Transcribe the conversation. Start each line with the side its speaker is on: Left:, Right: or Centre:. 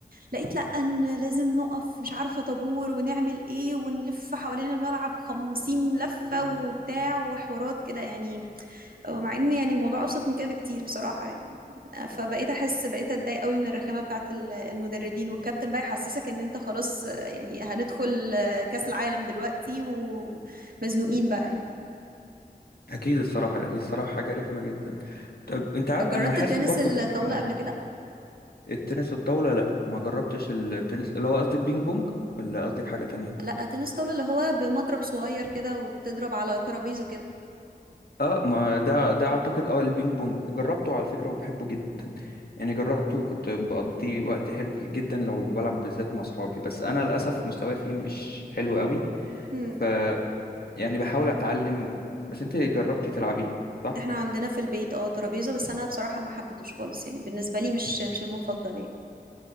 Right: لقيت لا ان لازم نقف مش عارفه طابور ونعمل ايه ونلف حوالين الملعب خمسين لفه وبتاع وحوارات كده يعني مع ان يعني الموضوع ابسط من كده بكتير بصراحه يعني. فبقيت احس بقيت اتضايق قوي من الرخامه بتاعت ال- المدربين والكابتن بقى يحسسك ان انت خلاص آه، يعني هندخل آه، كاس العالم دلوقتي ومزنوقين بقى يعني
Left: اكيد الصراحه دي الصراحه حاجه رخمه جدا طب
Right: م.
Left: انت عارف
Right: جربت
Left: انا حاسس
Right: تنس
Left: برضو
Right: الطاوله
Left: بحاجه
Right: قبل كده
Left: التنس الطاوله لا ما جربتش التنس اللي هو قصدك بينج بونج ولا قصدك حاجه تانية
Right: لا تنس طاوله اللي هو بمضرب صغير كده وبتضرب على ترابيزه كده
Left: اه ما ده ده اعتقد اه البينج بونج جربته على فكره وبحبه جدا يعني جربته وكنت بقضي وقت حلو فيه جدا لو بلعب بالذات مع صحابي بس انا للاسف مستواي فيه مش حلو قوي
Right: امم
Left: ف يعني بحاول اتعلم بس انت جربتي تلعبيه صح
Right: احنا عندنا في البيت اه ترابيزه بس انا بصراحه ما حبيتهوش خالص يعني بالنسبه لي مش مش المفضل يعني